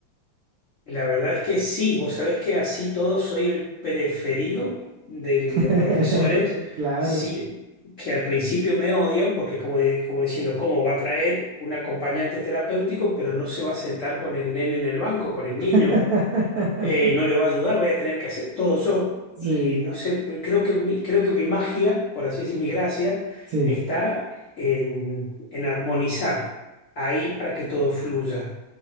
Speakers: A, on the left; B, on the right.
A: La verdad es que sí, vos sabés que así todo soy el preferido de
B: <laughs>
A: los profesores,
B: Claro.
A: sí, que al principio me odian porque como, di- como diciendo, ¿cómo va a traer un acompañante terapéutico, pero no se va a sentar con el nene en el banco, con el
B: <laughs>
A: niño? eh, no le va a ayudar, voy a tener que hacer todo yo.
B: Sí,
A: Y no sé, eh, creo que mi, creo que mi magia, por así decir, mi gracia,
B: sí.
A: está en, en armonizar ahí para que todo fluya.